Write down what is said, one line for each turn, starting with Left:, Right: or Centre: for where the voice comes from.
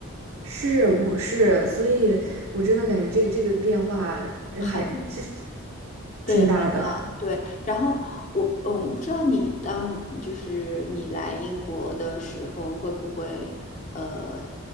Right: 是，我是，所以我真的感觉这个这个变化真还实
Left: 很。对。
Right: 挺大的。
Left: 对，然后我嗯，不知道你当就是你来英国的时候会不会呃，